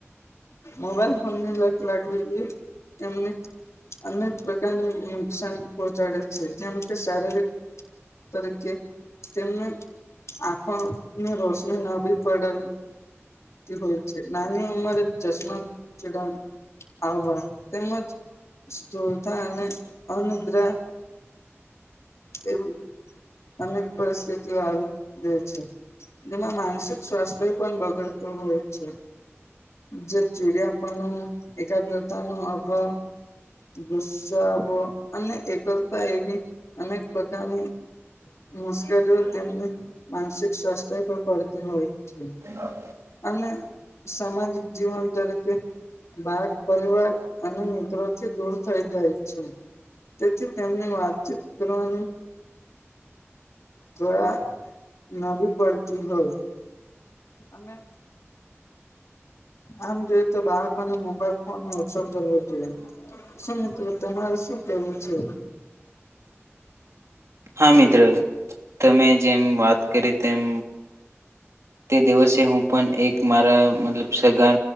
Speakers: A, on the left (about 75°); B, on the right (about 75°).
A: મોબાઈલ ફોન ની લત લાગવી, જો એને અનેક પ્રકારની નુકસાન પહોંચાડે છે, જેમ કે શારીરિક તરીકે તેમને આખો ની રોશની ના બી, પડે તે હોય છે, નાની ઉંમરે ચશ્મા ચડા આવવા, તેમજ સ્ધ અને અનદ્રા એવી અનેક પરિસ્થિતિ આવી ર છે. જેમાં માનસિક સ્વાસ્થ્ય પણ બગડતું હોય, છે જે ચીડિયાપનો એકાગ્રતા નો અભાવ ગુસ્સાઓો અને એકલતા, એવી અનેક પ્રકારની મુશ્કેલીઓ તેમને માનસિક સ્વાસ્થ્ય પર પડતી હોય છે.
B: હ
A: અને સામાજિક, જીવન તરીકે બાળ પરિવાર અને મિત્રો. દૂર થઈ જાય છે, તેથી તેમને વાતચીત કરવાની તોયા નવીી પડતી હોય. અને. આમ જોય તો બાળકોને મોબાઈલ ફોન ઓછો કરવો જોઈએ. શું મિત્રો તમારું શું કેવું છે?
B: હા મિત્ર તમે જેમ વાત કરી તેમ
A: <inaudible>
B: તે દિવસે હું પણ એક મારા મતલબ સગા